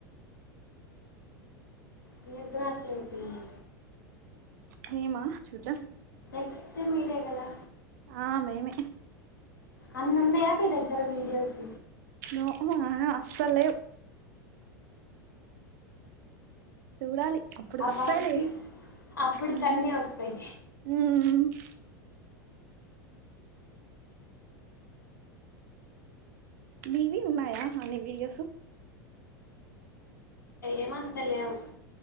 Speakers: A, on the left; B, on the right.
A: మీతోనే అట్లే చెప్పినంది
B: మేమా చూద్దాం
A: ఇస్తే మీరే గదా
B: ఆ మేమే
A: అన్నీ ఉన్నయా మీ దగ్గర వీడియోస్
B: నో హునా అస్సలేవ్ చూడాలి అప్పుడుకి
A: ఆ
B: వస్తాయిలే
A: పాటికి అప్పటికన్నీ
B: ఊ
A: వస్తాయి
B: ఊమ్ కిటికీ సౌండ్ మీవి ఉన్నాయా అన్ని వీడియోస్
A: ఏమంత లేవు